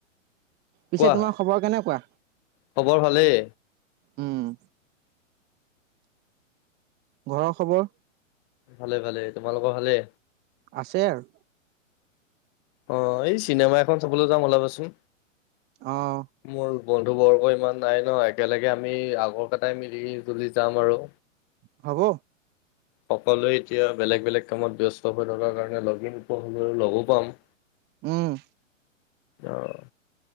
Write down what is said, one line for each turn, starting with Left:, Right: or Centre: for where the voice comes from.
Right: পিছে
Left: কোৱা
Right: তোমাৰ খবৰ কেনেকুৱা?
Left: খবৰ ভালেই
Right: উম, ঘৰৰ খবৰ।
Left: ভালে ভালে তোমালোকৰ ভালে।
Right: আছে আৰু।
Left: অ, এই চিনেমা এখন চাবলৈ যাম ওলাবাচোন।
Right: অ'
Left: মোৰ বন্ধু বৰ্গ ইমান নাই ন একেলগে আমি আগৰ কেইটাই মিলি তুলি যাম আৰু।
Right: হ'ব।
Left: সকলোৱে এতিয়া বেলেগ বেলেগ কামত ব্যস্ত হৈ থকাৰ কাৰণে লগ ইন হলেও লগো পাম।
Right: উম।
Left: অঁ।